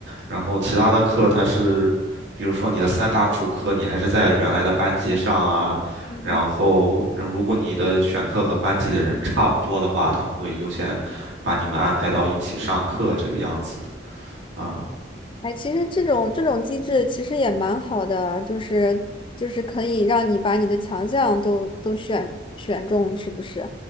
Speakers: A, on the right; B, on the left.
A: 然后其他的课他是，比如说你的三大主课你还是在原来的班级上啊。
B: 嗯。
A: 然后，嗯如果你的选课和班级里人差不多的话，他们会优先。把你们安排到一起上课这个样子的啊。
B: 哎，其实这种这种机制其实也蛮好的啊，就是就是可以让你把你的强项都都选选中，是不是？